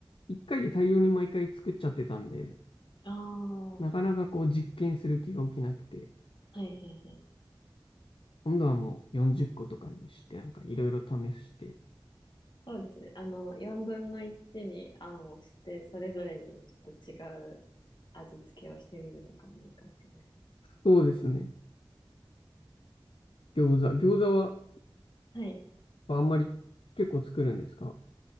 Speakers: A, on the left; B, on the left.
A: 一回で大量に毎回作っちゃってたんで、
B: ああ、は
A: なかなかこう実験する気が起きなくて、
B: いはいはい。
A: 今度はもう40個とかにして、なんかいろいろ試して。
B: そうですね。あの、4分の1にあんをして、それぞれにちょっと違う味付けをしてみるとかもいいかもしれないです。
A: そうですね。餃子。餃子は
B: はい。
A: あんまり結構作るんですか